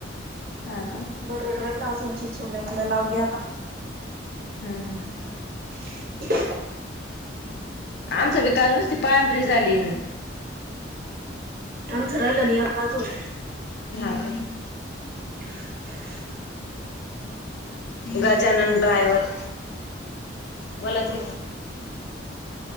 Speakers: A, on the left (about 60°); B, on the right (about 50°).
A: हा का
B: बरडर ला अजूंची चोल्यातलं लावली आता...
A: हम्म ह...
B: <inaudible>
A: आमचं
B: हम्म
A: विकाल नस त पांढरी झाली...
B: आमचं राहिलं नि अकाजून...
A: हा का....
B: <inaudible>
A: गजानन ड्रावर... बलाच..